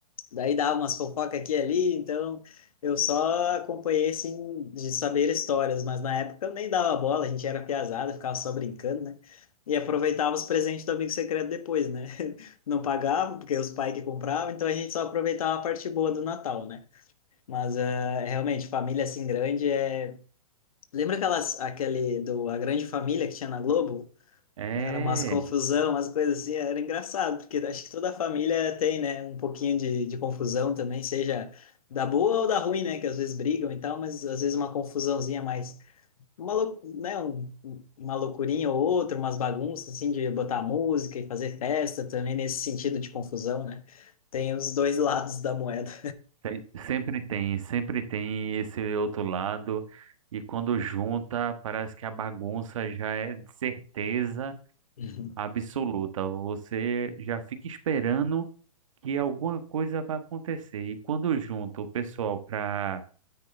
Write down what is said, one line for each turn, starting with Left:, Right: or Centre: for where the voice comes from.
Left: Daí dava umas fofocas aqui e ali, então eu só acompanhei, assim, de saber histórias, mas na época eu nem dava bola, a gente era piazada, ficava só brincando, né? E aproveitava os presentes do amigo secreto depois, né? <laughs> Não pagava, porque os pais que compravam, então a gente só aproveitava a parte boa do Natal, né? Mas eh, realmente, família assim grande é. Lembra aquelas, aquele do A Grande Família que tinha na Globo?
Right: é,
Left: né, Era umas confusão, umas coisas assim, era engraçado, porque acho que toda a família tem, né, um pouquinho de, de confusão também, seja da boa ou da ruim, né, que às vezes brigam e tal, mas às vezes uma confusãozinha mais, uma, lou- né, um- uma loucurinha ou outra, umas bagunças, assim, de botar música e fazer festa também, nesse sentido de confusão, né, tem os dois <laughs> lados da moeda.
Right: Tem- sempre tem, sempre tem esse outro lado, e quando junta, parece que a bagunça já é de certeza
Left: <laughs>
Right: absoluta. Você já fica esperando que alguma coisa vai acontecer. E quando junta o pessoal para